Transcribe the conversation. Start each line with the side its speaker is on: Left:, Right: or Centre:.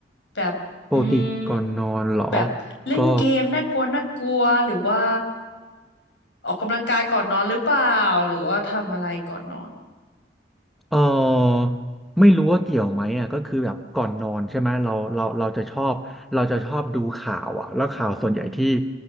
Left: แบบ
Centre: ปกติก่อนนอนเหรอ
Left: อืมแบบเล่นเกมน่ากลัวน่ากลัวหรือว่า
Centre: ก็
Left: ออกกำลังกายก่อนนอนหรือเปล่าหรือว่าทำอะไรก่อนนอน
Centre: เออไม่รู้ว่าเกี่ยวไหมอ่ะก็คือแบบก่อนนอนใช่ไหมเราเราเราจะชอบเราจะชอบดูข่าวอ่ะแล้วข่าวส่วนใหญ่ที่
Left: อืม